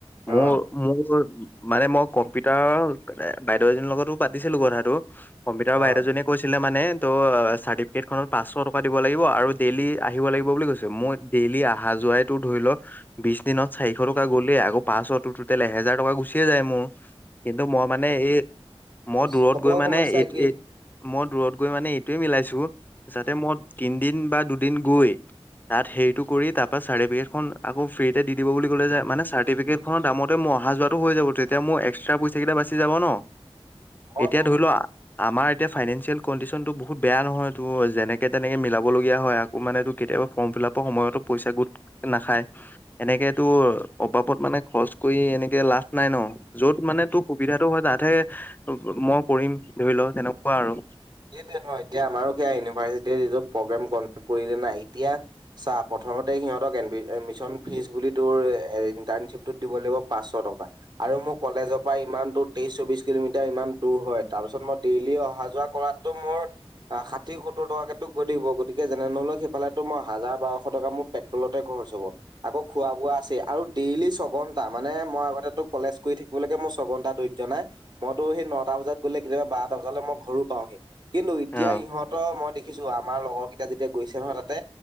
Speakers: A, on the right (about 45°); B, on the left (about 20°).
A: অ'।
B: মোৰ মোৰ ঘৰত মানে মই কম্পিউটাৰৰ বাইদেউ এজনীৰ লগতো পাতিছিলো কথাটো। কম্পিউটাৰৰ বাইদেউ
A: অ
B: জনেীয়ে কৈছিলে মানে ত' চাৰ্টিফিকেট খনত পাঁচশ টকা দিব লাগিব আৰু ডেইলি আহিব লাগিব বুলি কৈছে মই ডেইলি অহা যোৱাইতো ধৰি লো বিশ দিনত চাৰিশ টকা গ'লেই আকৌ পাঁচশ টুটেল এহেজাৰ টকা গুচিয়ে যায় মোৰ। কিন্তু মই মানে এই মই দূৰত
A: চবৰ
B: গৈ মানে
A: সমস্যা
B: এই
A: একেই
B: এই মই দূৰত গৈ মানে এইটোৱেই মিলাইছো যাতে মই তিনদিন বা দুদিন গৈ তাত হেৰিটো কৰি তাৰ পৰা চাৰ্টিফিকেটখন আকৌ ফ্ৰী দি দিব বুলি ক'লে যে মানে চাৰ্টিফিকেট খনৰ দামতেই অহা যোৱাতটো হৈ যাব তেতিয়া মোৰ এক্সট্ৰা পইচা কেইটা বাচি যাব ন'।
A: অ
B: এতিয়া
A: তো
B: ধৰি লোৱা আমাৰ এতিয়া ফাইনেন্সিয়েল কণ্ডিশনটো বহুত বেয়া নহয় তো যেনেকে তেনেকে মিলাবলগীয়া হয়। মানেটো কেতিয়াবা ফৰ্ম ফিলাপৰ সময়তো পইচা গোট নাখায়। এনেক তোৰ অবাবত মানে খৰচ কৰি এনেকে লাভ নাই ন'। য'ত মানে তোৰ সুবিধাটো হয় তাতহে মই কৰিম ধৰি ল' তেনেকুৱা আৰু।
A: সেইটোৱে তোমাৰ এতিয়া আমাৰো সেয়া ইউনিভাৰ্চিটিত এইটো প্ৰগ্ৰেম কমপ্লিট কৰিলে নাই এতিয়া চা প্ৰথমতে সিহঁতক এডমিশন ফিজ বুলি তোৰ ইণ্টাৰ্ণশ্বিপ টোত দিব লাগিব পাঁচশ টকা আৰু মোৰ কলেজৰ পৰা ইমান দূৰ তেইশ চৌবিশ কিলোমিটাৰ ইমান দূৰ হয় তাৰপি ছত মই ডেইলি অহা যোৱা কৰাত টো মোৰ ষাঠি সত্তৰ টকাকেতো গৈ থাকিব গতিকে যেনে তেনে ললেও সিফালেতো মই হাজাৰ বাৰশ টকা মোৰ পেট্ৰলতে খৰচ হ'ব আকৌ খোৱা বোৱা আছেই আৰু ডেইলি ছঘন্টা মানে মই আগতে তো কলেজ কৰি থাকি মোৰ তাকে ছঘন্টা দৈৰ্য নাই মইতো সেই নটা বজাত গ'লে কেতিয়াবা বাৰটা বজালৈ মই ঘৰো পাওঁহি কিন্তু এতিয়া
B: অ
A: ইহঁতৰ মই দেখিছো আমাৰ লগৰ কেইটা যেতিয়া গৈছে নহয় তাতে